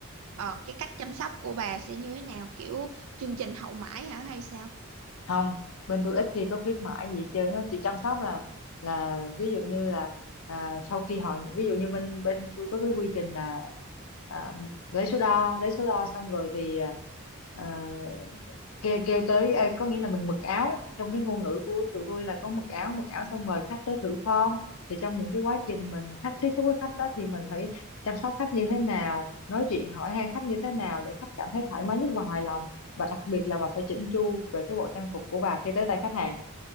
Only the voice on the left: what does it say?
không bên tôi ít khi có khuyến mãi gì hết trơn á chị chăm sóc là là ví dụ như là à, sau khi họ ví dụ như bên bên tôi có cái quy trình là à, lấy số đo lấy số đo xong rồi thì à, à, kêu kêu tới à, có nghĩa là mình mặc áo trong cái ngôn ngữ của tụi tôi là có mặc áo mặc áo xong mời khách tới thử form thì trong những cái quá trình mình khách tiếp xúc với khách đó thì mình phải chăm sóc khách như thế nào nói chuyện hỏi han khách như thế nào để khách cảm thấy thoải mái nhất và hài lòng và đặc biệt là bà phải chỉnh chu về cái bộ trang phục của bà khi tới tay khách hàng